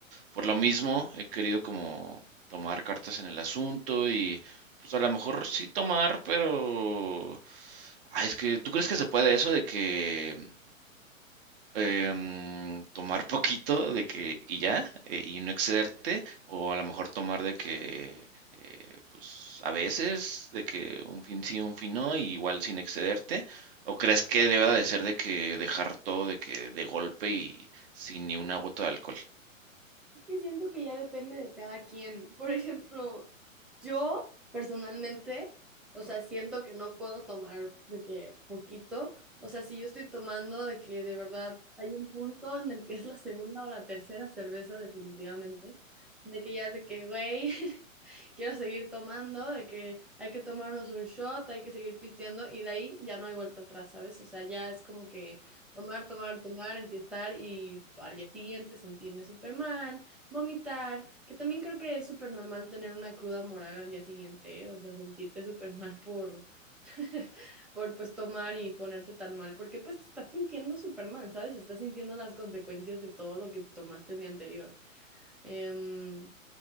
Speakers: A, on the right; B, in the centre.
A: por lo mismo he querido como tomar cartas en el asunto y pues a lo mejor sí tomar, pero... Ay, es que, ¿tú crees que se puede eso de que em, tomar poquito de que y ya, eh, y no excederte, o a lo mejor tomar de que, eh, pues a veces, de que un fin sí, un fin no, y igual sin excederte, o crees que deba de ser de que dejar todo de que de golpe y sin ni una gota de alcohol.
B: que siento que ya depende de cada quien. Por ejemplo, yo personalmente, o sea, siento que no puedo tomar de que poquito. O sea, si yo estoy tomando de que de verdad hay un punto en el que es la segunda o la tercera cerveza, definitivamente, de que ya es de que, güey, <laughs> quiero seguir tomando, de que hay que tomarnos un shot, hay que seguir pisteando y de ahí ya no hay vuelta atrás, ¿sabes? O sea, ya es como que tomar, tomar, tomar, enfiestar y al día siguiente sentirme súper mal Vomitar, que también creo que es súper normal tener una cruda moral al día siguiente, ¿eh? o sea, sentirte súper mal por, <laughs> por pues tomar y ponerte tan mal, porque pues te estás sintiendo súper mal, ¿sabes? Estás sintiendo las consecuencias de todo lo que te tomaste el día anterior. Em,